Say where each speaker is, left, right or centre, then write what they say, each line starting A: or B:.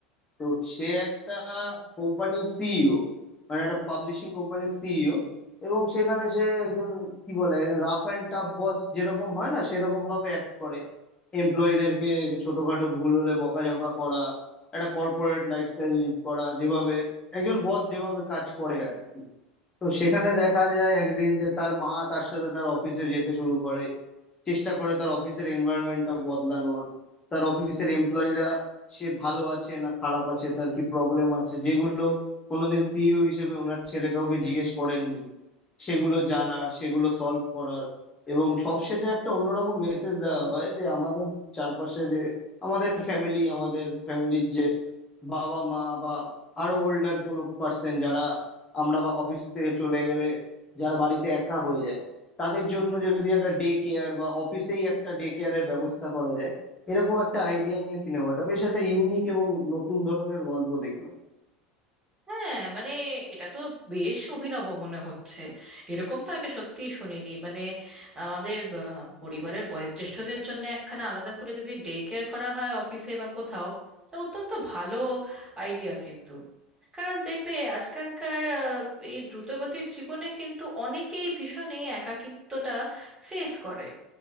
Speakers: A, on the left; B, on the right.
A: তো সে একটা কোম্পানির সিইও মানে একটা পাবলিশিং কোম্পানির সিইও এবং সেখানে সে একজন কি বলে একজন রাফ অ্যান্ড টাফ বস যেরকম হয় না সেরকম ভাবে অ্যাক্ট করে এমপ্লয়ীদেরকে ছোটখাটো ভুল হলে বকাঝকা করা একটা কর্পোরেট লাইফস্টাইল লিড করা যেভাবে একজন বস যেভাবে কাজ করে আর কি তো সেখানে দেখা যায় একদিন যে তার মা তার সাথে তার অফিসে যেতে শুরু করে চেষ্টা করে তার অফিসের এনভায়রনমেন্টটা বদলানোর তার অফিসের এমপ্লয়িরা সে ভালো আছে না খারাপ আছে তার কি প্রবলেম আছে যেগুলো কোনোদিন সিইও হিসেবে ওনার ছেলে কাউকে জিজ্ঞেস করেননি সেগুলো জানার সেগুলো সলভ করার এবং সবশেষে একটা অন্যরকম মেসেজ দেওয়া হয় যে আমাদের চারপাশে যে আমাদের ফ্যামিলি আমাদের ফ্যামিলির যে বাবা মা বা আরো ওল্ডার কোনো পার্সন যারা আমরা বা অফিস থেকে চলে গেলে যারা বাড়িতে একা হয়ে যায় তাদের জন্য যদি একটা ডে কেয়ার বা অফিসেই একটা ডে কেয়ারের ব্যবস্থা করা যায় এরকম একটা আইডিয়া নিয়ে সিনেমাটা বেশ একটা ইউনিক এবং নতুন ধরনের গল্প দেখলাম
B: হ্যাঁ মানে এটা তো বেশ অভিনব মনে হচ্ছে এরকম তো আগে সত্যিই শুনিনি মানে আমাদের আহ, পরিবারের বয়োজ্যেষ্ঠদের জন্য একখানা আলাদা করে যদি ডে কেয়ার করা হয় অফিসে বা কোথাও তো অত্যন্ত ভালো আইডিয়া কিন্তু কারণ দেখবে আজকালকার আহ, এই দ্রুতগতির জীবনে কিন্তু অনেকেই ভীষণ এই একাকিত্বটা ফেস করে